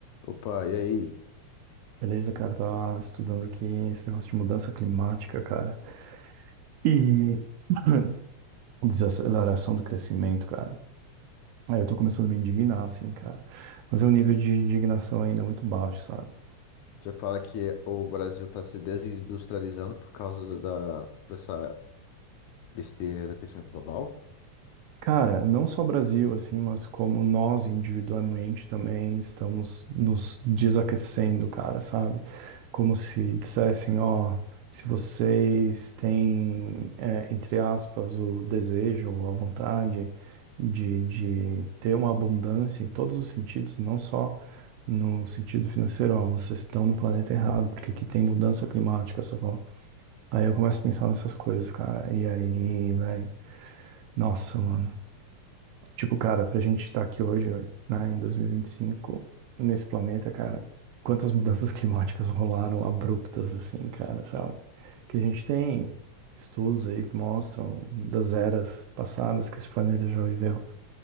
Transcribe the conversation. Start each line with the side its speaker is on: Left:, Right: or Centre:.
Left: Opa, e aí?
Right: Beleza, cara, tá estudando aqui esse negócio de mudança climática, cara. E <clears throat> desaceleração do crescimento, cara. Aí eu tô começando a me indignar, assim, cara. Mas é um nível de indignação ainda muito baixo, sabe? É,
Left: Você fala que o Brasil está se desindustrializando por causa da, dessa besteira do crescimento global?
Right: Cara, não só Brasil, assim, mas como nós individualmente também estamos nos desaquecendo, cara, sabe? Como se dissessem, ó, se vocês têm, é, entre aspas, o desejo ou a vontade de, de ter uma abundância em todos os sentidos, não só no sentido financeiro, ó, vocês estão no planeta errado, porque aqui tem mudança climática, sacou? Aí eu começo a pensar nessas coisas, cara, e aí, velho, nossa, mano. Tipo, cara, pra gente estar aqui hoje, né, em 2025, nesse planeta, cara, quantas mudanças <laughs> climáticas rolaram abruptas, assim, cara, sabe? Que a gente tem estudos aí que mostram das eras passadas que esse planeta já viveu.